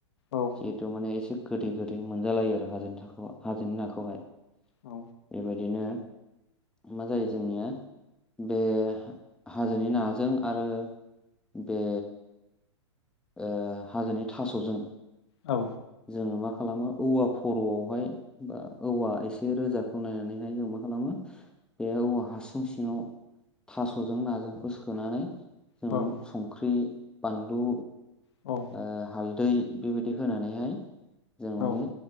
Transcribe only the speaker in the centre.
जिहेतु माने एसे गोदै गोदै मोनजालायो आरो हाजोनि हाजोनि नाखौहाय
बेबायदिनो मा जायो जोंनिया बे हाजोनि ना जों आरो बे ओ हाजोनि थास'जों
जोङो मा खालामो औवा खर'आवहाय बा औवा एसे रोजाखौ नायनानैहाय जों मा खालामो बे औवा हासुं सिङाव थास'जों नाजोंखौ सोनानै जों
संख्रि बानलु
ओ हालदै बेबायदि होनानैहाय जों माने